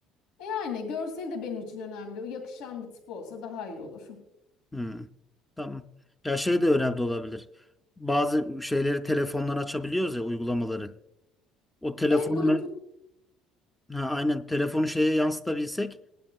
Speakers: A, on the left; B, in the centre.
A: e, yani görsel de benim için önemli. O yakışan bir tip olsa daha iyi olur. <laughs>
B: Hmm. Tamam. Ya şey de önemli olabilir. Bazı şeyleri telefondan açabiliyoruz ya uygulamaları. O telefonu
A: Evet Bulut
B: me, ha, aynen telefonu şeye yansıtabilsek